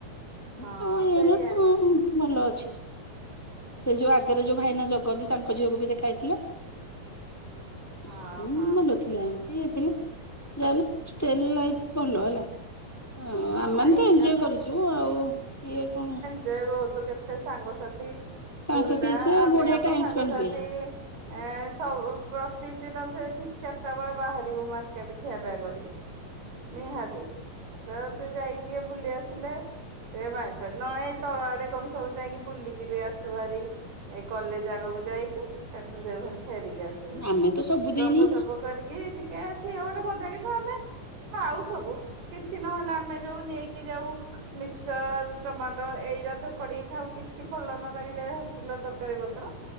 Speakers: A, on the right; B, in the centre.
A: ହଁ
B: ସବୁ <unintelligible>
A: ସେଇଆ ନା
B: ଭଲ ଅଛି ସେ ଯୋଉ ଆଗ <unintelligible> ରେ ଯୋଉ ଭାଇନା ଜଗନ୍ତି ତାଙ୍କ ଝିଅକୁ ବି ଦେଖା ହେଇଥିଲା
A: ହଁ
B: ହୁଁ
A: ହଁ
B: ଭଲ <unintelligible> ଏମତିା ଲ ଭଲ ହେଲା <unintelligible> ହ ଆମେ
A: ହଁ
B: ମାନେ
A: ଏଇଟା
B: ତ ଏଞ୍ଜୟ କରିଛୁ ଆଉ ଇଏ କଣ
A: <unintelligible> ବିଜୟ ବହୁତ କେତେ ସାଙ୍ଗସାଥି
B: ସାଙ୍ଗସାଥି
A: ବୁଲା
B: ଆସେ
A: ଆମେ
B: ବଢିଆ
A: ଆମ
B: ଟାଇମ
A: ସାଙ୍ଗସଥି
B: ସ୍ପେଣ୍ଡ ହୁଏ
A: ଏଁ ସବୁ ପ୍ରତିଦିନ ଯେ ଠିକ ଚାରିଟା ବେଳେ ବାହାରିବୁ ମାର୍କେଟ ଖିଆ ପିଆ କରି ନିହାତି <unintelligible> ଯାଇକି ଟିକେ ବୁଲି ଆସିଲେ <unintelligible> ଏାଇ ନ ଏଇ ତଳ ଆଡେ କମ ସବୁ ଯାଇକି ବୁଲିକ ଯିବି ଆସୁ ଭାରି ଏଇ କଲେଜ ଆଗକୁ ଯାଇକି ସେ <unintelligible> ଫେରିକି ଆସ
B: ଆମେ ତ ସବୁଦିନ
A: ଗପ ସପ କରିକି ଟିକେ ଟିକେ ସେ ଗଟେ ମଜା କିନ୍ତୁ ଆମେ ଖାଉ ସବୁ କିଛି ନହେଲେ ଆମେ ଯୋଉ ନେଇକି ଯାଉ ମିସ୍କଚର, ଟମାଟୋ ଏଇଟା ତ କଡେଇି ଖାଉ କିଛି ଭଲ ନ ଲାଗିଲେ ହଷ୍ଟେଲ ରେ ତରକାରୀ ପତ୍ର